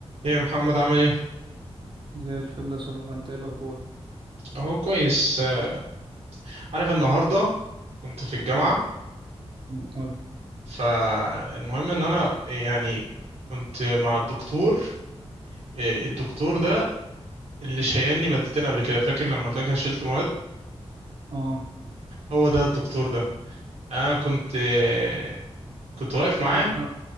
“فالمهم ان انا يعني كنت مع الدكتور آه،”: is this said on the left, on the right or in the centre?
Right